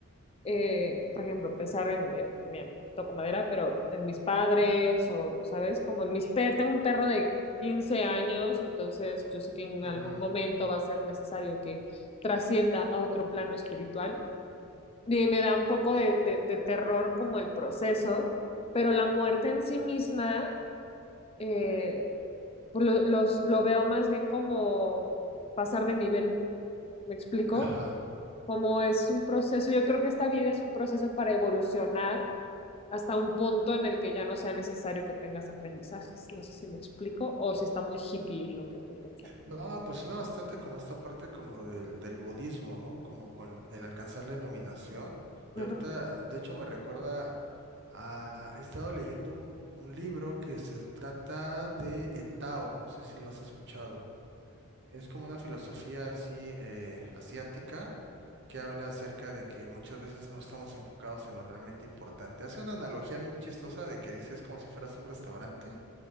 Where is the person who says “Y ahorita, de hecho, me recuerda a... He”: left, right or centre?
Right